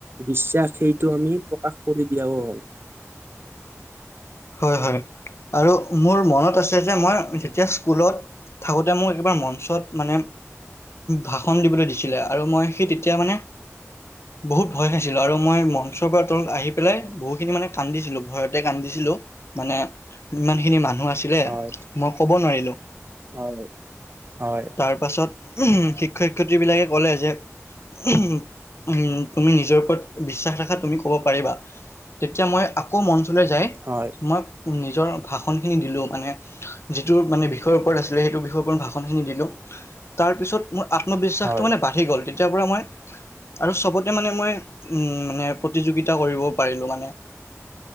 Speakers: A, on the right; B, on the left.
A: বিশ্বাস সেইটো আমি প্ৰকাশ কৰি দিয়াও হ'ল।
B: হয় হয় আৰু মোৰ মনত আছে যে মই যেতিয়া স্কুলত থাকোঁতে মোৰ একবাৰ মঞ্চত মানে ভাষণ দিবলৈ দিছিলে আৰু মই সেই তেতিয়া মানে বহুত ভয় খাইছিলো আৰু মই ম মঞ্চৰ পৰা তলত আহি পেলাই, বহুত খিনি মানে কান্দিছিলো ভয়তে কান্দিছিলো। মানে ইমান খিনি মানুহ মানুহ আছিলে।
A: হয়
B: মই ক'ব নোৱাৰিলোঁ।
A: হয় হয়
B: তাৰপাছত শিক্ষক শিক্ষয়ত্ৰী বিলাকে ক'লে যে উ উ তুমি নিজৰ ওপৰত বিশ্বাস ৰখাত তুমি ক'ব পাৰিবা তেতিয়া মই আকৌ মণ্ঞ্চলৈ যায়
A: হয়
B: মই নিজৰ ভাষণখিনি দিলোঁ মানে যিটো মানে বিষয়ৰ ওপৰত আছিলে সেইটো বিষয়ৰ ওপৰত ভাষণখিনি দিলোঁ। তাৰপিছত মোৰ আত্মবিশ্বাসটো
A: হয়
B: মানে বাঢ়ি গ'ল তেতিয়াৰ পৰা মই আৰু চবতে মানে মই মানে প্ৰতিযোগিতা কৰিব পাৰিলো মানে উ